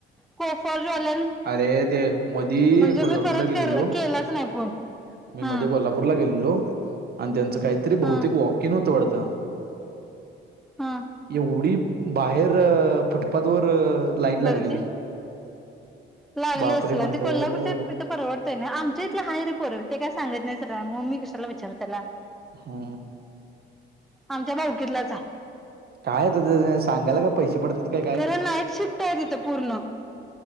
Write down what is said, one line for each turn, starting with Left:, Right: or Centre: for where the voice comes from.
Centre: कोफर ज्वालन
Right: अरे ते मधी
Centre: म्हणजे
Right: कोल्हापूरला
Centre: मी परत
Right: गेलेलो.
Centre: केलाच नाही फोन
Right: मी
Centre: हा
Right: मध्ये कोल्हापूरला गेलो आणि त्यांच काहीतरी
Centre: हा
Right: बहुतेक वॉकिंग होत पत
Centre: हा
Right: एवढी बाहेर फुटपाथ वर लाईन लागलेली
Centre: गर्दी लागले
Right: बापरे!
Centre: असेल
Right: म्हणलं
Centre: आणि ते कोल्हापूरच्या परवडतय ना आमच्या इथलं आहे रे परवी ते काय सांगत नाही मम्मी कशाला विचार त्याला
Right: हा
Centre: आमच्या भावकीतलाच आहे
Right: काय सांगायला का पैसे पडतात काय काय
Centre: खरं नाईट शिफ्ट आहे तिथं पूर्ण